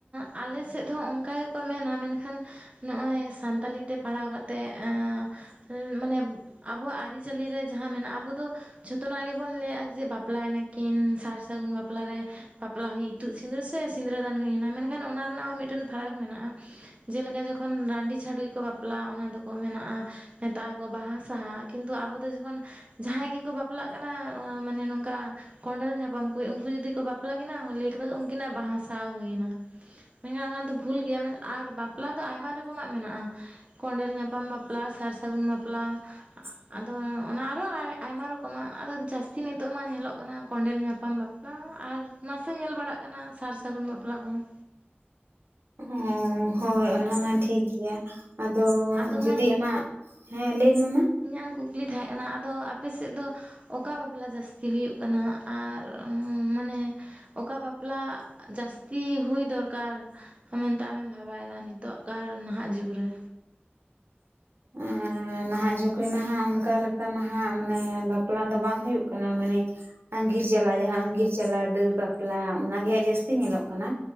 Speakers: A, on the right; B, on the right.
A: ᱟᱞᱮ ᱥᱮᱫ ᱦᱚᱸ ᱚᱱᱠᱟ ᱜᱮᱠᱚ ᱢᱮᱱᱟ ᱢᱮᱱᱠᱷᱟᱱ ᱱᱚᱜᱼᱚᱸᱚᱭ ᱥᱟᱱᱛᱟᱞᱤ ᱛᱮ ᱯᱟᱲᱦᱟᱣ ᱠᱟᱛᱮᱫ ᱮ ᱦᱮ ᱢᱟᱱᱮ ᱟᱵᱚᱣᱟᱜ ᱟᱹᱨᱤᱪᱟᱹᱞᱤ ᱨᱮ ᱡᱟᱦᱟᱸ ᱢᱮᱱᱟᱜᱼᱟ ᱟᱵᱚ ᱫᱚ ᱡᱷᱚᱛᱚᱱᱟᱜ ᱜᱮᱵᱚᱱ ᱞᱟ. ᱭᱟᱫ ᱟ ᱡᱮ ᱵᱟᱯᱞᱟᱭ ᱱᱟᱹᱠᱤᱱ ᱥᱟᱨ ᱥᱟᱹᱜᱩᱱ ᱵᱟᱯᱞᱟᱨᱮ ᱵᱟᱯᱞᱟ ᱦᱩᱭ ᱤᱛᱩᱫ ᱥᱤᱸᱫᱩᱨ ᱥᱮ ᱥᱤᱸᱫᱨᱟᱹᱫᱟᱱ ᱦᱩᱭᱱᱟ ᱢᱮᱱᱠᱷᱟᱱ ᱚᱱᱟ ᱨᱮᱱᱟᱜ ᱦᱚᱸ ᱢᱤᱫᱴᱮᱱ ᱯᱷᱟᱨᱟᱠ ᱢᱮᱱᱟᱜᱼᱟ ᱡᱮᱞᱮᱠᱟ ᱡᱚᱠᱷᱚᱱ ᱨᱟᱺᱰᱤ ᱪᱷᱟᱹᱰᱩᱭ ᱠᱚ ᱵᱟᱯᱞᱟᱜᱼᱟ ᱚᱱᱟ ᱫᱚᱠᱚ ᱢᱮᱱᱟᱜᱼᱟ ᱢᱮᱛᱟᱜᱼᱟ ᱵᱟᱦᱟ ᱥᱟᱦ ᱠᱤᱱᱛᱩ ᱟᱵᱚ ᱫᱚ ᱡᱚᱠᱷᱚᱱ ᱡᱟᱦᱟᱸᱭ ᱜᱮᱠᱚ ᱵᱟᱯᱞᱟᱜ ᱠᱟᱱᱟ ᱢᱟᱱᱮ ᱱᱚᱝᱠᱟ ᱠᱚᱸᱰᱮᱞ ᱧᱟᱯᱟᱢ ᱠᱚ ᱩᱱᱠᱩ ᱡᱩᱫᱤ ᱠᱚ ᱵᱟᱯᱞᱟ ᱠᱤᱱᱟ ᱩᱱᱠᱤᱱᱟᱜ ᱵᱟᱦᱟᱥᱟᱣ ᱦᱩᱭᱱᱟ᱾ ᱢᱮᱱᱠᱷᱟᱱ ᱚᱱᱟ ᱫᱚ ᱵᱷᱩᱞ ᱜᱮᱭᱟ ᱢᱮᱱ ᱟᱨ ᱵᱟᱯᱞᱟ ᱫᱚ ᱟᱭᱢᱟ ᱨᱚᱠᱚᱢᱟᱜ ᱢᱮᱱᱟᱜᱼᱟ ᱠᱚᱸᱰᱮᱞ ᱧᱟᱯᱟᱢ ᱵᱟᱯᱞᱟ ᱥᱟᱨ ᱥᱟᱹᱜᱩᱱ ᱵᱟᱯᱞᱟ
B: <inaudible>
A: ᱟᱫᱚ ᱚᱱᱟ ᱟᱨᱚᱸ ᱟᱭᱢᱟ ᱨᱚᱠᱚᱢᱟᱜ ᱟᱫᱚ ᱡᱟᱹᱥᱛᱤ ᱱᱤᱛᱚᱜ ᱢᱟ ᱧᱮᱞᱚᱜ ᱠᱟᱱᱟ ᱠᱚᱸᱰᱮᱞ ᱧᱟᱯᱟᱢ ᱵᱟᱯ ᱠᱟ ᱟᱨ ᱱᱟᱥᱮ ᱧᱮᱞ ᱵᱟᱲᱟᱜ ᱠᱟᱱᱟ ᱥᱟᱨ ᱥᱟᱹᱜᱩᱱ ᱵᱟᱯᱞᱟ ᱠᱚᱦᱚᱸ
B: ᱚ ᱦᱳᱭ ᱚᱱᱟ ᱢᱟ ᱴᱷᱤᱠ ᱜᱮᱭᱟ ᱟᱫᱚ
A: ᱟᱫᱚ
B: ᱡᱩᱫᱤ
A: ᱢᱟᱹᱭ
B: ᱟᱢᱟᱜ ᱦᱮᱸ ᱞᱟᱹᱭ ᱢᱮ ᱢᱟ
A: ᱤᱧᱟᱹᱜ ᱦᱚᱸ ᱠᱩᱠᱞᱤ ᱛᱟᱦᱮᱸ ᱠᱟᱱᱟ ᱟᱫᱚ ᱟᱯᱮ ᱥᱮᱫ ᱫᱚ ᱚᱠᱟ ᱵᱟᱯᱞᱟ ᱡᱟᱹᱥᱛᱤ ᱦᱩᱭᱩᱜ ᱠᱟᱱᱟ ᱟᱨ ᱢᱟᱱᱮ ᱚᱠᱟ ᱵᱟᱯᱞᱟ ᱡᱟᱹᱥᱛᱤ ᱦᱩᱭ ᱫᱚᱨᱠᱟᱨ ᱢᱮᱱᱛᱮ ᱟᱢᱮᱢ ᱵᱷᱟᱵᱟᱭᱮᱫᱟ ᱱᱤᱛᱚᱜᱟᱨ ᱱᱟᱦᱟᱜ ᱡᱩᱜᱽ ᱨᱮ
B: <inaudible> ᱱᱟᱦᱟᱜ ᱡᱩᱜᱽ ᱨᱮᱢᱟ ᱦᱟᱸᱜ ᱚᱱᱠᱟ ᱞᱮᱠᱟ ᱢᱟ ᱦᱟᱸᱜ ᱢᱟᱱᱮ ᱵᱟᱯᱞᱟ ᱫᱚ ᱵᱟᱝ ᱦᱩᱭᱩᱜ ᱠᱟᱱᱟ ᱢᱟᱱᱮ ᱟᱸᱜᱤᱨ ᱡᱟᱞᱟ ᱡᱟᱦᱟᱸ ᱟᱝᱜᱤᱨ ᱪᱟᱞᱟ ᱫᱟᱹᱲ ᱵᱟᱯᱞᱟ ᱚᱱᱟᱜᱮ ᱦᱟᱸᱜ ᱡᱟᱹᱥᱛᱤ ᱧᱮᱞᱚᱜ ᱠᱟᱱᱟ